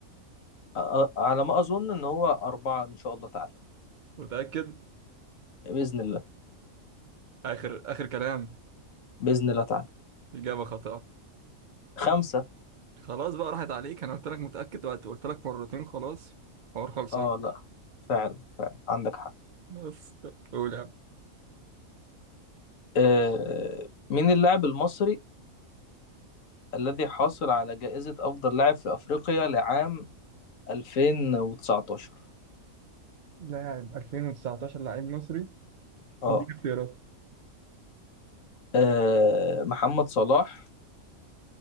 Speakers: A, on the left; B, on the right.
A: آه آه، على ما أظن إن هو أربعة إن شاء الله تعالى
B: متأكد
A: بإذن الله
B: آخر آخر كلام
A: بإذن الله تعالى
B: إجابة خاطئة
A: خمسة
B: خلاص بقى راحت عليك أنا قلت لك متأكد وقت قلت لك مرتين خلاص حوار خلصان
A: اه لا فعلا فعلا عندك حق
B: بس قول يا عم.
A: آه مين اللاعب المصري الذي حاصل على جائزة أفضل لاعب في أفريقيا لعام 2019
B: لاعب 2019 لاعب مصري
A: اه
B: اديني اختيارات
A: آه، محمد صلاح